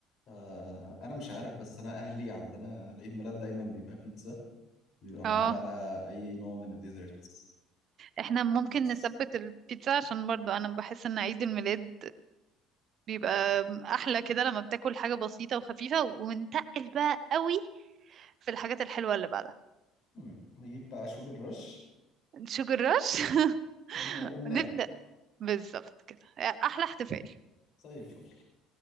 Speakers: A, on the left; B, on the right.
A: آه انا مش عارف بس انا اهلي عندنا العيد ميلاد دايما بيبقى بيتزا بيبقى
B: اه
A: معاه بقى اي نوع من الديزرتس
B: احنا ممكن
A: بس
B: نثبت البيتزا عشان برضو انا بحس ان عيد الميلاد بيبقى احلى كده لما بتاكل حاجة بسيطة وخفيفة ونتقل بقى قوي في الحاجات الحلوة اللي بعدها
A: مم. نجيب بقى شوجر رش
B: شوجر رش <laughs>
A: ون... وننام
B: نبدأ بالظبط كده احلى احتفال
A: زي الفل